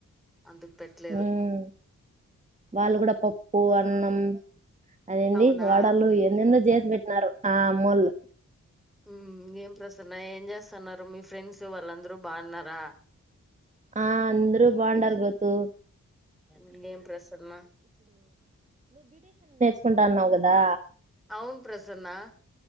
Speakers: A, in the centre; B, on the right (about 25°).
A: అందుకు పెట్టలేదు
B: ఉమ్ వాళ్ళు కూడా పప్పు అన్నం అదేంది
A: అవునా
B: వడలు ఎన్నోనో చేస్త చేసి పెట్టినారు ఆ అమ్మ వాళ్లు
A: హు ఏం ప్రసన్న ఏం చేస్తున్నారు మీ ఫ్రెండ్స్ వాళ్ళందరు బాగున్నారా
B: ఆ అందరు బాగున్నారు గౌతు
A: ఇంకేం ప్రసన్న
B: చసుకుంటున్నావు కదా
A: అవున్ ప్రసన్న